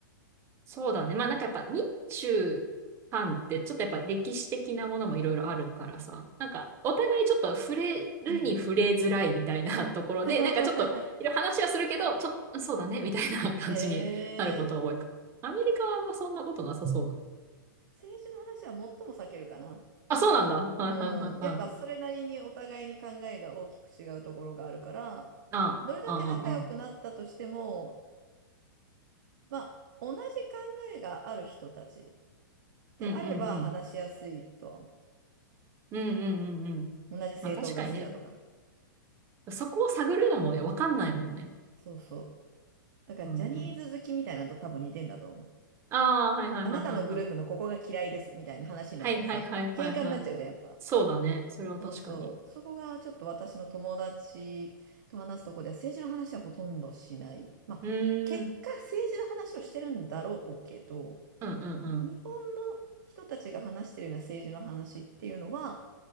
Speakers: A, on the right (about 20°); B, on the right (about 65°).
A: そうだね。まあなんかやっぱ日中韓ってちょっとやっぱ歴史的なものもいろいろあるからさ、なんかお互いちょっと触れるに触れづらいみたいな
B: うん。
A: <laughs> ところで、
B: <laughs>
A: なんかちょっといろいろ話はするけど、ちょっとそうだねみたいな感じになることが多いから。
B: へえ、
A: アメリカはあんまそんなことなさそうだ。
B: 政治の話は最も避けるかな。
A: あ、そうなんだ。はいはいはいはい。
B: うん。やっぱそれなりにお互いに考えが大きく違うところがあるから、
A: あ、あ、
B: どれだけ仲良くなったとしても、
A: あ、あ。
B: まあ、同じ考えがある人たちであれば話しやすいとは思
A: うんうんうん。うんうんうんうん。
B: う。同じ政党が好きだとか。
A: まあ確かにね、そこを探るのもね、わかんないもんね。
B: そうそう。だからジャニーズ好きみたいなのと多分似てんだと思う。
A: うんうん。ああ、はいはいはいはいはい。
B: あなたのグループのここが嫌いですみたいな話になったらさ、
A: はいはいはいはいはい。
B: 喧嘩になっちゃうじゃん、やっぱ。
A: そうだね。それは確かに。
B: そうそう。そこがちょっと私の友達と話すとこでは政治の話はほとんどしない。まあ、
A: うーん。
B: 結果政治の話をしてるんだろうけど、
A: うんうん
B: 日本の人たちが話してるような政治の話っていうのは